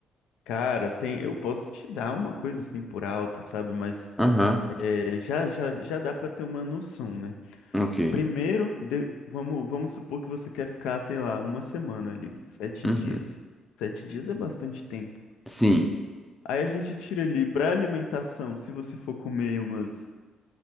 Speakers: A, on the left; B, in the centre.
A: Cara, tem, eu posso te dar uma coisa assim por alto, sabe? Mas
B: Aham,
A: é, já, já, já dá pra ter uma noção, né?
B: ok.
A: Primeiro, de- vamos, vamos supor que você quer ficar, sei lá, uma semana ali, sete
B: Uhum.
A: dias. Sete dias é bastante tempo.
B: Sim,
A: Aí a gente tira ali para alimentação, se você for comer umas